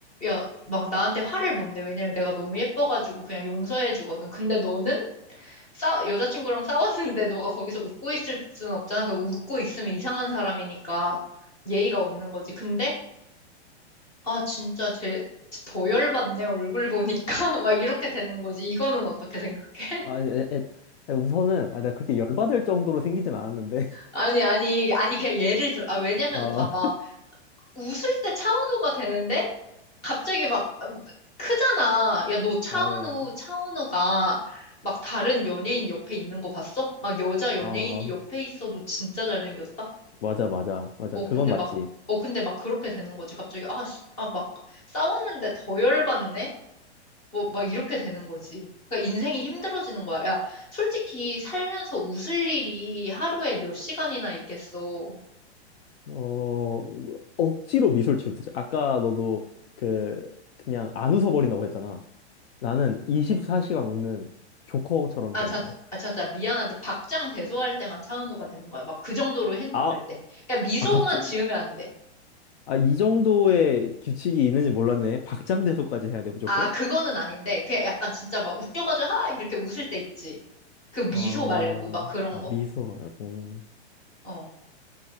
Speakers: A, on the left (about 20°); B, on the left (about 65°).
A: 야, 막 나한테 화를 못 내. 왜냐면 내가 너무 예뻐가지고 그냥 용서해 주거든. 근데 너는 싸, 여자친구랑 싸웠는데 너가 거기서 웃고 있을 순 없잖아. 그 웃고 있으면 이상한 사람이니까 예의가 없는 거지. 근데 아, 진짜 제, 더 열받네, 얼굴 보니까. <laughs> 막 이렇게 되는 거지. 이거는 어떻게 생각해? <laughs>
B: 아, 에, 에, 에, 우선은 아, 가 그렇게 열받을 정도로 생기진 않았는데.
A: 아니, 아니, 아니, 그냥 예를 들어. 아, 왜냐면
B: <laughs> 아,
A: 봐봐. 웃을 때 차은우가 되는데, 갑자기 막, 음, 크잖아. 야, 너 차은우,
B: 아,
A: 차은우가 막 다른 연예인 옆에 있는 거 봤어? 막 여자 연예인이
B: 아,
A: 옆에 있어도 진짜 잘생겼다?
B: 맞아, 맞아, 맞아.
A: 어,
B: 그건
A: 근데
B: 맞지.
A: 막, 어, 근데 막 그렇게 되는 거지. 갑자기, 아, 씨, 아, 막 싸웠는데 더 열받네? 뭐, 막 이렇게 되는 거지. 그러니까 인생이 힘들어지는 거야. 야, 솔직히 살면서 웃을 일이 하루에 몇 시간이나 있겠어.
B: 어, 뭐, 억지로 미소를 지으면 되지. 아까 너도 그 그냥 안 웃어버린다고 했잖아. 나는 24시간 웃는 조커처럼
A: 아,
B: 되는
A: 참,
B: 거야.
A: 아, 참, 참, 미안한데, 박장대소할 때만 차은우가 되는 거야. 막 그 정도로 행복할
B: 아,
A: 때. 그냥 미소만
B: 아, 갑자
A: 지으면 안 돼.
B: 아, 이 정도의 규칙이 있는지 몰랐네. 박장대소까지 해야 돼, 무조건?
A: 아, 그거는 아닌데, 그냥 약간 진짜 막 웃겨가지고, 하! 이렇게 웃을 때 있지. 그 미소
B: 아,
A: 말고, 막 그런
B: 아,
A: 거?
B: 미소 말고.
A: 어.